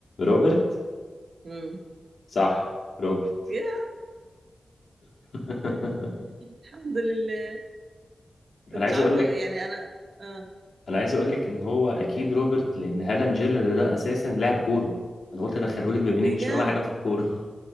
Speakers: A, on the left; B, on the right.
A: روبرت
B: امم
A: صح روبرت
B: يا
A: <laughs>
B: الحمد لله كنتش
A: أنا عايز
B: عارفه
A: أقول لك
B: يعني انا اه
A: انا عايز اقول لك ان هو اكيد روبرت لان هالان جيرر ده اساسا لاعب كوره انا قلت ادخله لك بما انك
B: بجد
A: مش فاهمه حاجه في الكوره